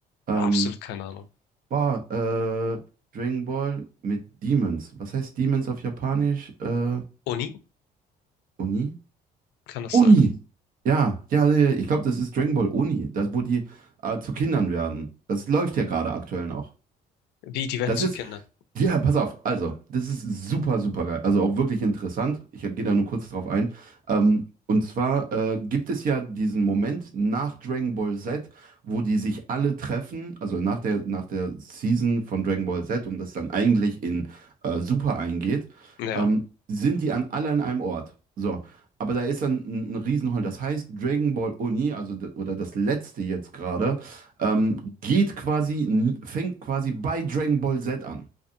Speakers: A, on the right (about 55°); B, on the left (about 80°).
A: Ähm,
B: absolut keine Ahnung.
A: war äh, Dragon Ball mit Demons. Was heißt Demons auf Japanisch? Äh,
B: Uni,
A: Oni?
B: kann das
A: Oni.
B: sein?
A: Ja, ja, ja, ich glaube, das ist Dragon Ball Oni, das, wo die äh, zu Kindern werden. Das läuft ja gerade aktuell noch.
B: Wie, die werden
A: Das
B: zu
A: ist,
B: Kindern.
A: ja, pass auf, also, das ist super, super geil. Also auch wirklich interessant. Ich gehe da nur kurz drauf ein. Ähm, und zwar äh, gibt es ja diesen Moment nach Dragon Ball Z, wo die sich alle treffen, also nach der, nach der Season von Dragon Ball Z und das dann eigentlich in äh, Super eingeht,
B: Ja.
A: ähm, sind die an alle an einem Ort. So. Aber da ist dann ein, ein Riesenhall. Das heißt, Dragon Ball Uni, also d- oder das letzte jetzt gerade, ähm, geht quasi, fängt quasi bei Dragon Ball Z an.